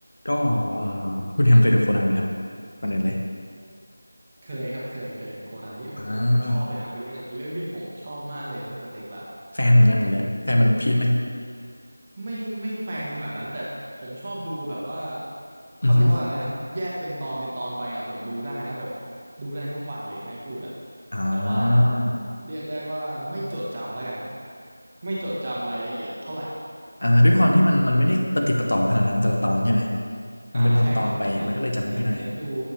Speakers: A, on the left; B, on the right.
A: ก็เอ่อคุณแฮมเคยดูโคนันไหมครับก่อนอื่นเลย
B: เคยครับเคยเคยโคนันนี่โอ้โหผมชอบเลยนะเป็นเรื่องเป็นเรื่องที่ผมชอบมากเลยตั้งแต่เด็กละ
A: อ่าแฟนเหมือนกันเลยแฟนมันวันพีชไหม
B: ไม่ไม่แฟนขนาดนั้นแต่ผมชอบดูแบบว่าเขาเรียกว่าอะไรนะแยกเป็นตอนเป็นตอนไปอ่ะผมดูได้นะแบบ
A: อือฮึ
B: ดูได้ทั้งวันเลยถ้าให้พูดอะ
A: อ่า
B: แต่ว่าเรียกได้ว่าไม่จดจำแล้วกันไม่จดจำรายละเอียดเท่าไหร่
A: อ่าด้วยความที่มันมันไม่ได้ประติดประต่อขนาดนั้นแต่ละตอนใช่ไหมมันเป็นตอนตอนไปมันก็เลยจำไม่ค่อยได้
B: อ่าใช่ครับผมเน้นเน้นเน้นดู